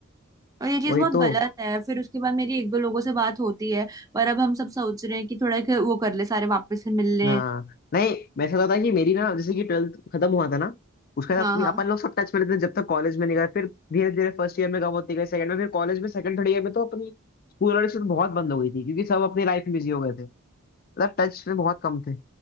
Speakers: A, on the right; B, on the left.
A: और ये चीज
B: वही
A: बहुत
B: तो
A: गलत है फिर उसके बाद मेरी एक दो लोगों से बात होती है पर अब हम सब सोच रहे हैं कि थोड़ा एक वो कर ले सारे वापस से मिल लें
B: हाँ नहीं मैं ऐसा होता है कि मेरी ना जैसे कि ट्वेल्थ खत्म हुआ था ना उसके बाद
A: हाँ
B: अपनी
A: हाँ
B: अपन लोग सब टच में रहते थे जब तक कॉलेज में नहीं गए फिर धीरे धीरे फर्स्ट ईयर में कम होती गई सेकंड में फिर कॉलेज में सेकंड थर्ड ईयर में तो अपनी स्कूल वाली तो बहुत बंद हो गई थी क्योंकि सब अपनी लाइफ में बिजी हो गए थे मतलब टच में बहुत कम थे